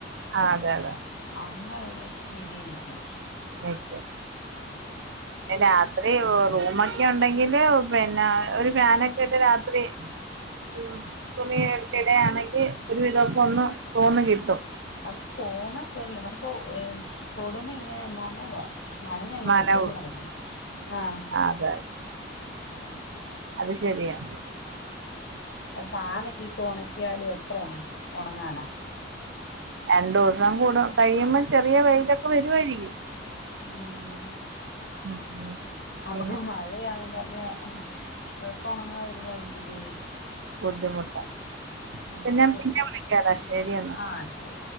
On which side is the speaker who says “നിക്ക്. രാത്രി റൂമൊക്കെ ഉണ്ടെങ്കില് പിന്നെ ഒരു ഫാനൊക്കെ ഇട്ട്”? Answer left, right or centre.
Right